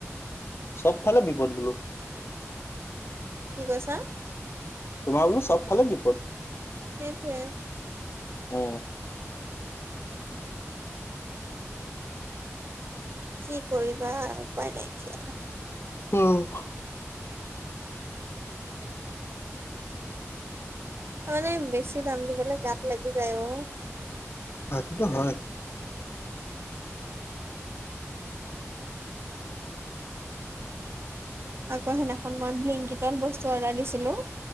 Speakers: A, on the left; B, on the right.
A: চবফালে বিপদ বোলোঁ।
B: কি কৈছা?
A: তোমাৰ বোলোঁ চ'ব ফালে বিপদ।
B: সেইটোৱেই।
A: অ
B: কি কৰিবা, উপায় নাইকিয়া।
A: অ'।
B: তাৰমানানে বেছি দাম দি পালে গাত লাগি যায় ও।
A: হয়টোতো হয়।
B: আকো সেইদিনাখন মই ব্লিংকটত বস্তু অৰ্ডাৰ দিছিলোঁ